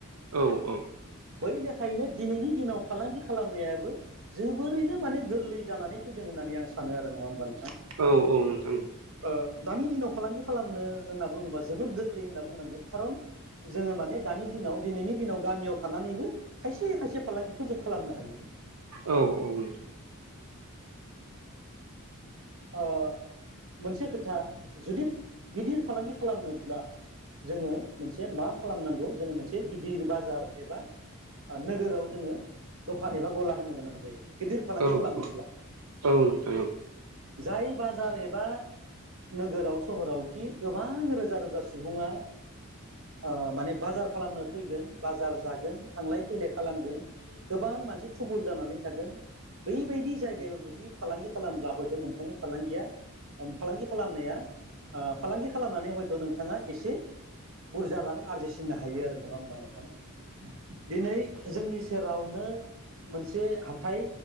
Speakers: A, on the right; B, on the right.
A: औ औ
B: बै लेखायैनो दिनैनि दिनाव फालांगि खालामनायाबो जोबोरैनो माने गोरलै जानानै फैदों होन होन आं सानो आरो नङा होमबा नोंथां ओ
A: औ औ नोंथां
B: दानि दिनाव फालांगि खालामनो होनना बुङोबा जोबोर गोरलै होनना बुंनांगोन खारन जोङो माने दानि दिनाव दिनैनि दिनाव गामियाव थानानैबो खायसे खायसे फालांगिखौ जों खालामनो हायो
A: औ औ नोंथा
B: अ मोनसे खोथा जुदि गिदिर फालांगि खालामनोब्ला जोङो मोनसे मा खालामनांगौ जोङो मोनसे गिदिर बाजार एबा नोगोराव जोङो दखान एबा गला होनो गोनां जायो गिदिर फालांगि
A: औ नोंथां
B: खालामनोब्ला
A: औ औ
B: जाय बाजार एबा नोगोराव सहरावखि गोबां रोजा रोजा सुबुङा ओ माने बाजार खालामनो फैगोन बाजार जागोन थांलाय फैलाय खालामगोन गोबां मानसि थुबुर जानानै थागोन बैबायदि जायगायाव जुदि फालांगि खालामब्ला हयथ' नोंथांनि फालांगिया फालांगि खालामनाया ओह फालांगि खालामनानै हयथ' नोंथाङा एसे बुरजा रां आरजिसिननो हायो आरो नङा होमबा नोंथां दिनै जोंनि सेराव ओह मोनसे हाथाय